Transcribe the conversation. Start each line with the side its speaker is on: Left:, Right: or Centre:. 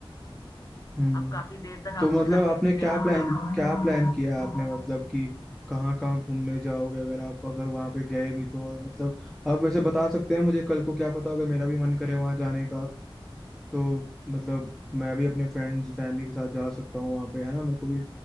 Centre: हम्म
Left: अब काफी देर तक
Centre: तो
Left: आपको
Centre: मतलब
Left: ट्रैफिक
Centre: आपने
Left: में ही
Centre: क्या
Left: रहना
Centre: प्लान
Left: पड़ेगा
Centre: क्या प्लान किया आपने मतलब कि कहाँ कहाँ घूमने जाओगे अगर आप अगर वहां पे गए भी तो और मतलब आप वैसे बता सकते हैं मुझे कल को क्या पता अगर मेरा भी मन करे वहां जाने का तो मतलब मैं भी अपने फ्रेंड्स फैमिली के साथ जा सकता हूँ वहां पे है ना मेरे को भी